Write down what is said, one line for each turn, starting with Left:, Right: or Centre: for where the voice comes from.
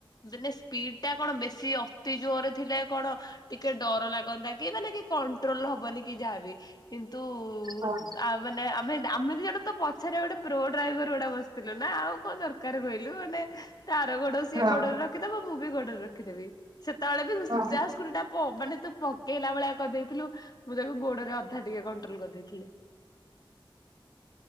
Left: ଦିନେ ସ୍ପିଡ ଟା କଣ ବେଶୀ ଅତିଜ ଓରେ ଥିଲା କଣ ଟିକେ ଡର ଲାଗନ୍ତା! କି ମାନେ କି କଣ୍ଟ୍ରୋଲ ହବନି କି ଯାହାବି, କିନ୍ ତୁ-ଉ
Right: ହଁ
Left: ଆ ମାନେ ଆମେ, ଆମେ ଦି ଜଣ ତ ପଛରେ ଗୋଟେ ପ୍ରୋ ଡ୍ରାଇଭର ଉଡା ବସ୍ ଥିଲୁ ନା। ଆଉ କଣ ଦରକାର କହିଲୁ, ମାନେ ତାର ଗୋଡ ସିଏ
Right: ହଁ
Left: ଗୋଡ ରଖିଦବ। ମୁଁ ବି ଗଡରେ ରଖିଦେବି। ସେତେବେଳେ ବି
Right: ହଁ
Left: ଯାହା ସ୍କୁଟିଟା ପ ମାନେ ତୁ ପକେଇଲା ଭଳିଆ କରିଦେଇଥିଲୁ, ମୁଁ ତାକୁ ଗୋଡରେ ଅଧା ଟିକେ କଣ୍ଟ୍ରୋଲ କରିଦେଇଥିଲି।